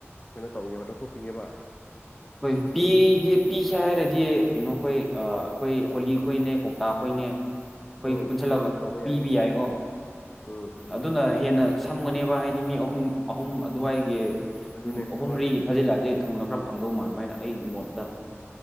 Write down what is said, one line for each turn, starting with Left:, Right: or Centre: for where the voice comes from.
Left: ꯀꯩꯅꯣ ꯇꯧꯒꯦꯕ ꯂꯧꯊꯣꯛꯄꯤꯉꯦꯕ
Centre: ꯍꯣꯏ ꯄꯤꯒꯦ ꯄꯤꯁꯦ ꯍꯥꯏꯔꯗꯤ ꯀꯩꯅꯣ ꯑꯩꯈꯣꯏ ꯑꯩꯈꯣꯏ ꯍꯣꯂꯤ ꯑꯩꯣꯏꯅꯦ ꯀꯧꯇꯥꯛ ꯑꯩꯈꯣꯏꯅꯦ ꯑꯩꯈꯣꯏ
Left: ꯎꯝ
Centre: ꯄꯨꯟꯁꯜꯂꯒ
Left: ꯄꯨꯂꯞ ꯇꯧꯕ ꯌꯥꯏꯅꯦ
Centre: ꯄꯤꯕ ꯌꯥꯏꯀꯣ
Left: ꯎꯝ ꯎꯝ
Centre: ꯑꯗꯨꯅ ꯍꯦꯟꯅ ꯁꯝꯒꯅꯦꯕ ꯍꯥꯏꯗꯤ ꯃꯤ ꯑꯍꯨꯝ ꯑꯍꯨꯝ ꯑꯗꯨꯋꯥꯏꯒꯤ
Left: ꯑꯗꯨꯅꯦ
Centre: ꯑꯍꯨꯝ
Left: ꯍꯣꯏ
Centre: ꯃꯔꯤꯒꯤ ꯊꯥꯖꯤꯜꯂꯛꯑꯦ ꯊꯨꯅ ꯈꯔ ꯐꯪꯗꯧ ꯃꯥꯟꯕ ꯍꯥꯏꯅ ꯑꯩꯒꯤ ꯃꯣꯠꯇ